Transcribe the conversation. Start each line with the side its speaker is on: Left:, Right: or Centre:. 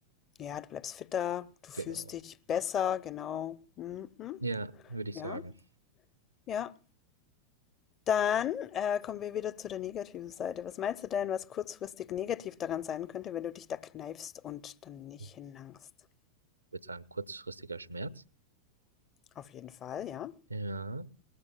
Left: Ja, du bleibst fitter, du fühlst
Right: Genau.
Left: dich besser, genau. Hm, hm.
Right: Ja, würde ich
Left: Ja,
Right: sagen.
Left: ja. Dann äh, kommen wir wieder zu der negativen Seite. Was meinst du denn, was kurzfristig negativ daran sein könnte, wenn du dich da kneifst und dann nicht
Right: Ich
Left: hinlangst?
Right: würde sagen, kurzfristiger Schmerz.
Left: Auf jeden Fall, ja.
Right: Ja.